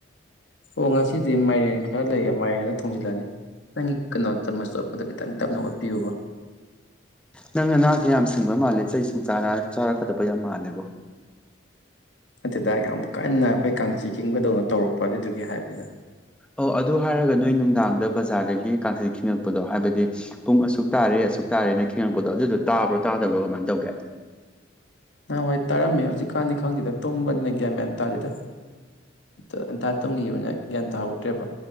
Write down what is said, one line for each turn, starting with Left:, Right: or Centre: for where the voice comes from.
Left: ꯑꯣ ꯉꯁꯤꯗꯤ ꯃꯥꯏꯔꯦꯟ ꯈꯔ ꯂꯩꯌꯦ ꯃꯥꯏꯔꯦꯟꯗ ꯊꯣꯡꯖꯤꯜꯂꯅꯤ ꯅꯪꯒꯤ ꯀꯩꯅꯣ ꯆꯃꯁ ꯑꯣꯠꯄꯗꯣ ꯈꯤꯇꯪ ꯇꯞꯅ ꯑꯣꯠꯄꯤꯌꯨꯕ
Centre: ꯅꯪꯅ ꯅꯅꯥꯁꯦ ꯌꯥꯝ ꯁꯤꯡꯕ ꯃꯥꯜꯂꯦ ꯆꯩꯁꯤꯡ ꯆꯥꯔꯛꯀꯗꯕ ꯌꯥꯝ ꯃꯥꯜꯂꯦꯕꯣ
Left: ꯅꯠꯇꯦꯗ ꯌꯥꯝ ꯀꯟꯅ ꯑꯩꯈꯣꯏ ꯀꯥꯡꯆꯤ ꯤꯡꯕꯗꯧꯅ ꯇꯧꯔꯛꯄ ꯑꯗꯨꯏꯗꯨꯒꯤ ꯍꯥꯏꯕꯅꯤꯗ
Centre: ꯑꯣ ꯑꯗꯨ ꯍꯥꯏꯔꯒ ꯅꯣꯏ ꯅꯨꯡꯗꯥꯡꯗ ꯕꯖꯥꯔꯗꯒꯤ ꯀꯥꯡꯛꯆꯠ ꯈꯤꯉꯛꯄꯗꯣ ꯍꯥꯏꯕꯗꯤ ꯄꯨꯡ ꯑꯁꯨꯛ ꯇꯥꯔꯦ ꯑꯁꯨꯛ ꯇꯥꯔꯦꯅ ꯈꯦꯡꯉꯛꯄꯗꯣ ꯑꯗꯨꯗꯣ ꯇꯥꯕ꯭ꯔꯣ ꯇꯥꯗꯕ꯭ꯔꯣ ꯀꯃꯥꯏꯅ ꯇꯧꯒꯦ
Left: ꯅꯍꯥꯟꯋꯥꯏ ꯇꯔꯝꯃꯦ ꯍꯧꯖꯤꯛꯀꯥꯟꯗꯤ ꯈꯪꯗꯦꯗ ꯇꯨꯝꯕꯅꯤꯅ ꯒꯋꯥꯟ ꯃꯦꯟ ꯇꯥꯗꯦꯗ ꯑꯗꯨꯟꯇꯥ ꯇꯨꯝꯒꯤꯕꯅ ꯒ꯭ꯌꯥꯟ ꯇꯥꯍꯧꯗ꯭ꯔꯦꯕ